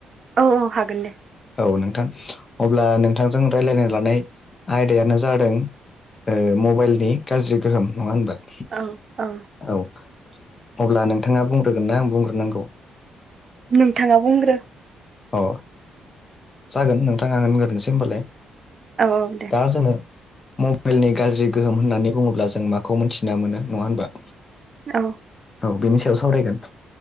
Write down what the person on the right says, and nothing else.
औ औ हागोन दे
औ औ
नोंथाङा बुंग्रो
औ औ दे
औ